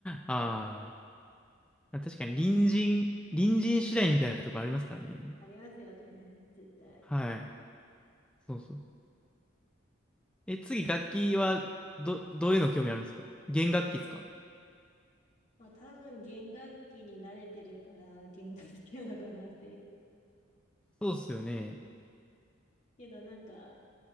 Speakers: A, in the centre; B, on the left.
A: ああ、確かに隣人、隣人次第みたいなところありますからね。
B: ありますよね、絶対。
A: はい。そうそう。え、次、楽器はど、どういうの興味あるんですか弦楽器ですか
B: まあ多分弦楽器に慣れてるから弦楽器なのかなっていう。
A: そうっすよね。
B: けどなんか